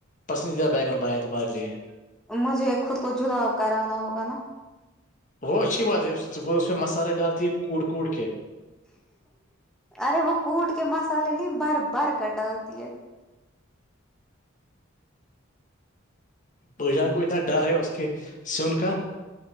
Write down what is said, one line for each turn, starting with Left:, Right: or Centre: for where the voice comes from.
Left: پسندیدہ بینگن بنائے ہیں تمہارے لیے
Centre: مجھے خود کو جلاب کرانا ہوگا نا
Left: وہ اچھی بات ہے وہ اس میں مسالے ڈالتی ہے کود کود کے
Centre: ارے وہ کوٹ کے مسالے نہیں بھر بھر کر ڈالتی ہے
Left: بجا کو اتنا ڈر ہے اس کے سون کا